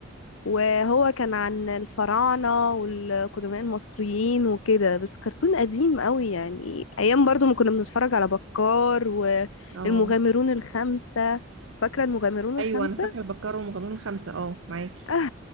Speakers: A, on the left; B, on the right.
A: وهو كان عن الفراعنة والقدماء المصريين وكده بس كرتون قديم قوي يعني أيام برضو ما كنا بنتفرج على بكار والمغامرون
B: اه
A: الخمسة فاكرة المغامرون
B: ايوه
A: الخمسة
B: انا فاكره البكار ومغامرون الخمسه اه معاكي
A: <laughs>